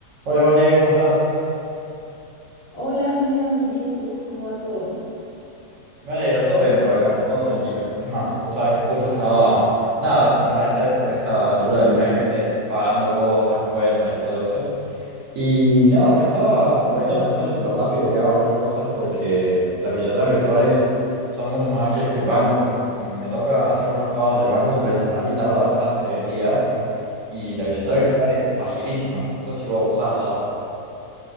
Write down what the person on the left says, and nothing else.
Hola Julia, muy bien. ¿Y tú? ¿Cómo va todo?
Ah,